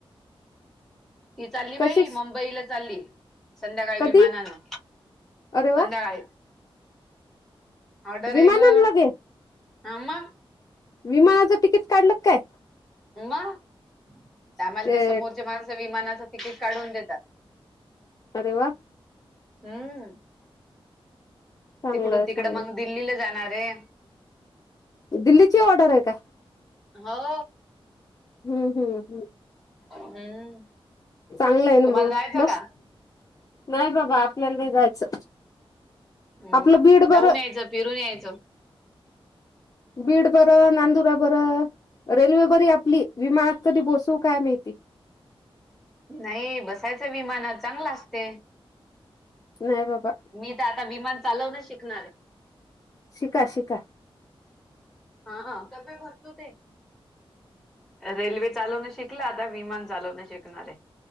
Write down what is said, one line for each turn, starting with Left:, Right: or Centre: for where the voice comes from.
Centre: ती चालली
Left: कशीस
Centre: बाई मुंबईला चालली. संध्याकाळी
Left: कधी
Centre: विमानानं
Left: अरे वा
Centre: संध्याकाळी ऑर्डर
Left: विमानान
Centre: आहे ना
Left: लगे
Centre: हा मग
Left: विमानाचं तिकीट काढलं काय
Centre: मग त्याम्हाला
Left: काय
Centre: ते समोरच्या माणस विमानाचं तिकीट काढून देतात.
Left: अरे वा
Centre: हम्म
Left: चांगलंय
Centre: तिकडून
Left: चांगलं
Centre: तिकड मग दिल्लीला जाणार आहे.
Left: दिल्लीची ऑर्डर आहे का
Centre: हो
Left: हम्म हम्म हम्
Centre: हम्म
Left: चांगलं आहे ना
Centre: तुम्हाला
Left: मग
Centre: जायचं
Left: मस्त
Centre: का
Left: नाही बाबा आपल्याला जायचं
Centre: हम्म
Left: आपलं बीड बरं
Centre: जाऊन यायचं फिरून यायचं
Left: बीड बरं नांदुरा बरं रेल्वे बरी आपली विमानात कधी बसू काय माहिती
Centre: नाही बसायचं विमानात चांगलं असते.
Left: हय बाबा
Centre: मी तर आता विमान चालवणच शिकणार आहे.
Left: शिका शिका
Centre: हाा कपे भरचू ते रेल्वे चालवण शिकला आता विमान चालवणं शिकणार आहे.